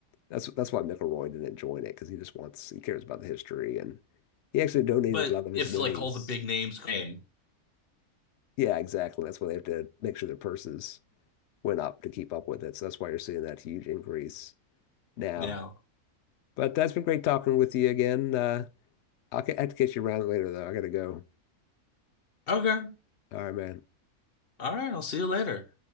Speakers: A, on the left (about 65°); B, on the left (about 40°).
A: That's that's why McElroy didn't join it because he just wants he cares about the history and he actually donated
B: But
A: a lot of his
B: if
A: winnings.
B: like all the big names came,
A: Yeah, exactly. That's why they have to make sure their purses went up to keep up with it. So that's why you're seeing that huge increase now.
B: yeah.
A: But that's been great talking with you again. Uh, I'll ca- i have to get you around later though. I gotta go.
B: Okay.
A: All right, man.
B: All right, I'll see you later.